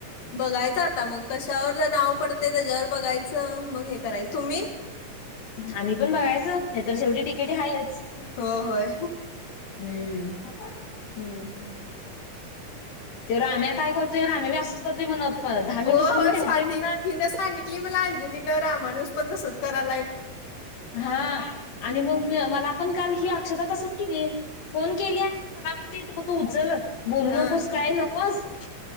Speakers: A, on the left; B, on the left.
A: बघायचं आता मग कशावर नाव पडतंय त्याच्यावर बघायचं मग हे करायचं तुम्ही?
B: आम्ही पण बघायचं नाही तर शेवटी डिकेटी हायच
A: हो होय
B: हम्म
A: हम्
B: त्यो राम्या काय करतोय राम्या बी असंच करतोय म्हण दहा मिनिटं
A: हो हो
B: फोन ठेवतोय
A: स्वाती
B: म्हण आणि
A: हिन सांगितली मला अन अंजली न रामाणूस पण तसंच करा
B: हा आणि मग मी मला मला आपण काल ही अक्षदा तसंच केली, फोन केली आणि मला म्हणली तू फक्त उचल. बोलू
A: हा
B: नकोस काही नकोस